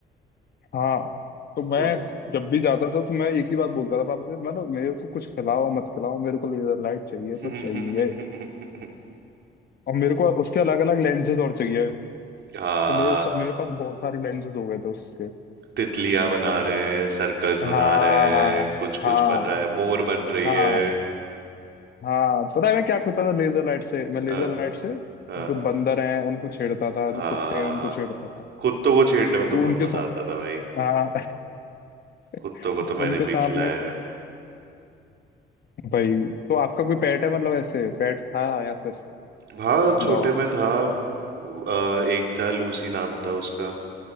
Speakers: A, on the left; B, on the right.
A: हाँ तो मैं
B: वो तो
A: जब भी जाता था तो मैं एक ही बात बोलता था पापा से मतलब मेरे को कुछ खिलाओ मत खिलाओ मेरे को लेजर लाइट चाहिए
B: <laughs>
A: तो चाहिए और मेरे को उसके अलग अलग लेंसेज और चाहिए
B: हाँ
A: तो मेरे को- मेरे पास बहुत सारे लेंसेज हो गए थे उसके
B: तितलियां बना रहे हैं सर्कल्स
A: हाँ
B: बना रहे हैं कुछ
A: हाँ
B: कुछ बन रहा है मोर बन रही
A: हाँ
B: है
A: हाँ पता है मैं क्या करता था लेजर लाइट से मैं लेजर
B: हाँ
A: लाइट से
B: हाँ
A: जो बंदर हैं उनको छेड़ता था
B: हाँ
A: जो कुत्ते हैं उनको छेड़ता था
B: कुत्तों को छेड़ने में तो
A: तो
B: बहुत
A: उनके
B: मजा
A: साथ
B: आता था भाई
A: हाँ
B: कुत्तों
A: <laughs>
B: को तो मैंने
A: उनके सामने
B: भी खिलाया है
A: भाई तो आपका कोई पेट है मतलब ऐसे पेट था या फिर
B: हाँ छोटे
A: डॉग
B: में था अ, एक था लूसी नाम था उसका